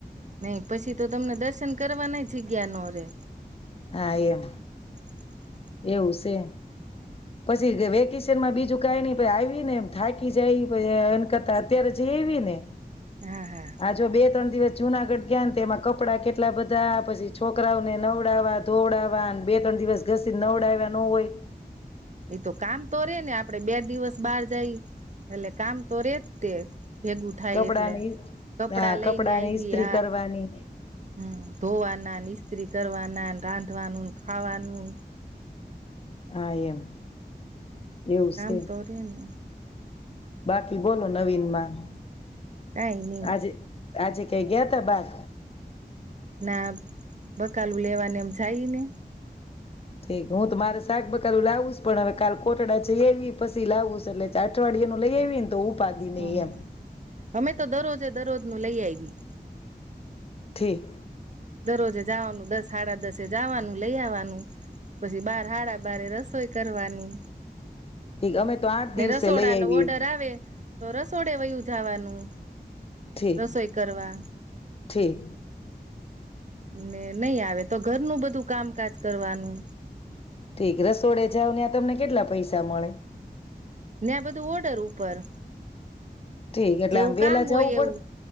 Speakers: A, on the right (about 45°); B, on the left (about 35°).
A: નહી પછી તો તમને દર્શન કરવા ન જગ્યા ન રે
B: હા એમ
A: <inaudible>
B: એવું છે પછી વેકેશનમાં બીજું કઈ ની ભાઈ આવીને થાકી જાય એ કરતા અત્યારે જઈ આવી ને
A: હા હા
B: આ જો બે ત્રણ દિવસ જુનાગઢ ગયા ને તે એમાં કપડા કેટલા બધા પછી છોકરાઓને નવડાવવા ધોવડાવવા બે ત્રણ દિવસ ઘસીને નવડાવ્યા ન હોય
A: એતો કામ તો રે ને આપડે બે દિવસ બહાર જાય એટલે કામ તો રે જ તે ભેગું થાય
B: કપડાને
A: એટલે
B: ઈ
A: કપડા
B: હા
A: લઈને
B: કપડાને
A: આવ
B: ઈસ્ત્રી
A: હ
B: કરવાની
A: હમ્મ ધોવાના ઈસ્ત્રી કરવાના રાંધવાનું ખવાનું
B: આ એમ એવું
A: કામ
B: સે
A: તો રેને
B: બાકી બોલો નવીન માં
A: કઈ નઈ
B: આજે આજે ક્યાઈ ગયા તા બાર
A: ના બકાલું લેવાને એમ જાય ને
B: ઠીક હું તો મારે શાક બકારું લાવુંશ પણ હવે કાલ કોટડા છે આવી પછી લાવું એટલે અઠવાડયિયા નું લઈ આવીને તો ઉપાદી
A: હમ્મ
B: નઈ એમ
A: અમે તો દરરોજે દરરોજ નું લઈ આઈવી
B: ઠીક
A: દરરોજે જવાનું દસ હાડા દસે જવાનું લઈ આવવાનું પછી બાર હાડા બારે રસોઈ કરવાની
B: ઠીક અમે તો આઠ
A: ને
B: દિવસે
A: રસોડા
B: લઈ આવીએ
A: ન ઓર્ડર આવે તો રસોડે વયું જવાનું
B: ઠીક
A: રસોઈ કરવા
B: ઠીક
A: ને નહી આવે તો ઘરનું બધું કામકાજ કરવાનું
B: ઠીક રસોડે જાઓ ને આ તમને કેટલા પૈસા મળે
A: ને આ બધું ઓર્ડર ઉપર
B: ઠીક એટલે
A: જેવું
B: આમ વેલા
A: કામ
B: જવું
A: હોય
B: પડે
A: એવું